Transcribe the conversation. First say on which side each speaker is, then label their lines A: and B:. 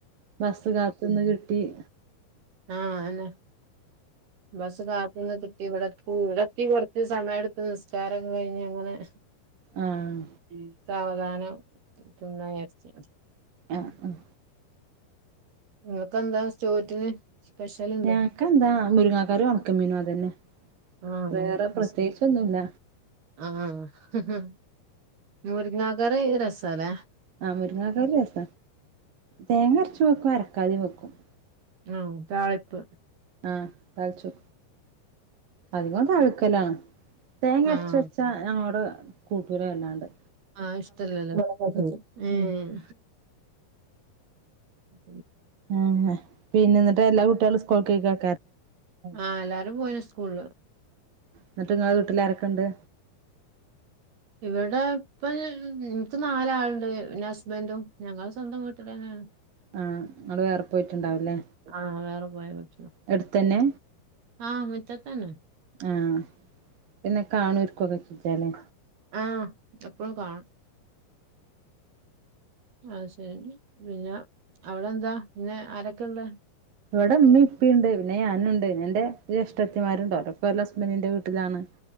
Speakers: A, on the right; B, on the right.
A: ബസ് കാത്തുന്ന് കിട്ടി-
B: ആഹ അതന്നെ- ബസ് കാത്തു നിന്ന് കിട്ടി ഇവിടെ- ഇവിടെ എത്തി കൊറച്ച് സമയം എടുത്ത് നിസ്കാരം കഴിഞ്ഞ അങ്ങനെ-
A: ആഹ്
B: ഉം സാവധാന ാനുന്നച്ച <unintelligible>
A: ആഹ് ആഹ്
B: നിങ്ങൾക്കെന്താ ചോറ്റിന്? സ്പെഷ്യൽണ്ടോ
A: ഞങ്ങക്കെന്താ മുരിങ്ങാക്കറിയും ഒണക്കമീനും അതന്നെ
B: ആഹ്
A: വേറെ പ്രത്യേകിച്ചൊന്നുല്ല
B: ആഹ് മുരിങ്ങാകറി ഏത് രസ അല്ലേ?
A: ആഹ മുരുങ്ങാക്കാരി രസ തേങ്ങ അരച്ച വെക്കും അരക്കാത വെക്കും-
B: ആ താളിപ്പ്-
A: ആഹ താളിച്ചോ അധികം തളിക്കേലാ- തേങ്ങ അരച്ച
B: ആഹ്
A: വെച്ചാ ഞങ്ങളോട് കൂട്ടൂല വല്ലാണ്ട്-
B: ആഹ് ഇഷ്ടല്ലല്ല ഉം- ഉം ഉം
A: ആഹ് പിന്നെ എന്നിട്ട് എല്ലാ കുട്ടികളും സ്കൂൾ കേക്കാം
B: ആഹ് എല്ലാരും പോയിണ് സ്കൂള്ല്
A: എന്നിട്ട്ങ്ങളെ വീട്ടില് ആരൊക്കെുണ്ട്-
B: ഇവിടെ ഇപ്പൊ ഇൻക്ക് നാലാളുണ്ട് പി ഹസ്ബന്ഡും ഞങ്ങൾ- സ്വന്തം വീട്ട് തന്നെയാണ്-
A: ആഹ് നിങ്ങൾ വേറെ പോയിട്ടുണ്ടാവുംല്ലേ
B: ആഹ് വേറെ പോയ വീട്ടിലാ
A: അടുത്ത്തന്നെ
B: ആ മുറ്റത്തന്നെ
A: ആഹ് പിന്നെ കാണുംക്കൊക്കെ ചിച്ചാലേ
B: ആഹ് എപ്പോഴും കാണും അ ശരി പിന്നെ അവിടെ എന്താ പിന്നെ ആരൊക്കെയ ഉള്ള-
A: ഇവടെ ഇമ്മി ഇപ്പിണ്ട് പിന്നെ ഞാനുണ്ട് പിന്നെന്റെ ജേഷ്ടത്തിമാരുണ്ട് ഓരൊക്കെ ഓലെ ഹസ്ബൻ്റിന്റെ വീട്ടിലാണ്